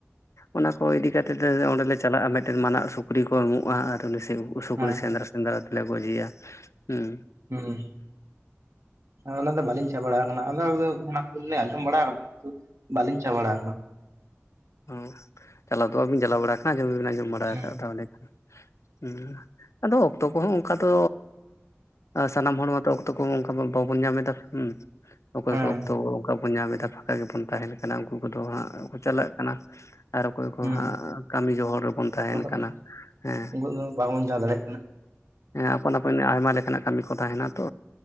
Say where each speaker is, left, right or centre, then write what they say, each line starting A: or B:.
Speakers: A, on the left (about 75°); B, on the right (about 80°).
A: ᱚᱱᱟ ᱠᱚ ᱤᱫᱤ ᱠᱟᱛᱮ ᱚᱸᱰᱮᱞᱮ ᱪᱟᱞᱟᱜ-ᱟ ᱢᱤᱫᱴᱮᱱ ᱢᱟᱱᱟᱜ ᱥᱩᱠᱨᱤ ᱠᱚ ᱮᱢᱚᱜ-ᱟ ᱟᱨ ᱩᱱᱤ ᱥᱩᱠᱨᱤ
B: ᱦᱮᱸ
A: ᱥᱮᱱᱫᱽᱨᱟᱥ ᱥᱮᱸᱫᱽᱨᱟ ᱛᱮᱞᱮ ᱜᱚᱡᱷᱤᱭᱟ, ᱦᱩᱸ
B: ᱦᱩᱸ᱾ ᱚᱱᱟ ᱫᱚ ᱵᱟᱹᱞᱤᱧ ᱪᱟ ᱵᱟᱲᱟ ᱟᱠᱟᱱᱟ, ᱟᱫᱚ ᱚᱱᱟ ᱠᱚᱞᱤᱧ ᱟᱸᱡᱚᱢ ᱵᱟᱲᱟ ᱠᱟᱫᱟ, ᱠᱤᱱᱛᱩ ᱵᱟᱟᱹᱞᱤᱧ ᱪᱟᱵᱟᱲᱟ
A: ᱚ ᱪᱟᱞᱟᱣ ᱫᱚᱼᱟᱵᱤᱱ ᱪᱟᱞᱟᱣ ᱵᱟᱲᱟ ᱟᱠᱟᱱᱟ ᱟᱸᱡᱚᱢ ᱫᱚᱵᱤᱱ ᱟᱸᱡᱚᱢ ᱵᱟᱲᱟ
B: ᱦᱮᱸ
A: ᱟᱠᱟᱫ ᱛᱟᱦᱚᱞᱮ ᱩᱸᱢ ᱟᱫᱚ ᱚᱠᱛᱚ ᱠᱚᱦᱚᱸ ᱚᱱᱠᱟ ᱫᱚ ᱥᱟᱱᱟᱢ ᱦᱚᱲ ᱢᱟᱛᱚ ᱚᱠᱛᱚ ᱠᱚ ᱚᱱᱠᱟ ᱵᱟᱵᱚᱱ ᱧᱟᱢ ᱮᱫᱟ ᱦᱩᱸ ᱚᱠᱚᱭ
B: ᱦᱮᱸ
A: ᱠᱚ ᱚᱠᱛᱚ ᱚᱱᱠᱟ ᱵᱚᱱ ᱧᱟᱢ ᱮᱫᱟ, ᱯᱷᱟᱸᱠᱟ ᱜᱮᱵᱚᱱ ᱛᱟᱦᱮᱱ ᱠᱟᱱᱟ, ᱩᱱᱠᱩ ᱠᱚᱫᱚ ᱦᱟᱸᱜ ᱠᱚ ᱪᱟᱞᱟᱜ ᱠᱟᱱᱟ᱾ ᱟᱨ ᱚᱠᱚᱭ ᱠᱚ
B: ᱦᱩᱸ
A: ᱦᱟᱸᱜ ᱠᱟᱹᱢᱤ ᱡᱚᱦᱚᱲ ᱨᱮᱵᱚᱱ ᱛᱟᱦᱮᱱ
B: ᱵᱟᱠᱷᱟᱡ
A: ᱠᱟᱱᱟ ᱦᱮᱸ
B: ᱩᱱᱠᱩ ᱫᱚ ᱵᱟᱵᱚᱱ ᱪᱟ ᱫᱟᱲᱮᱭᱟᱜ ᱠᱟᱱᱟ
A: ᱟᱯᱟᱱ ᱟᱯᱤᱱ ᱦᱩᱸ ᱟᱭᱢᱟ ᱞᱮᱠᱟᱱᱟᱜ ᱠᱟᱹᱢᱤ ᱠᱚ ᱛᱟᱦᱮᱱᱟ ᱛᱚ᱾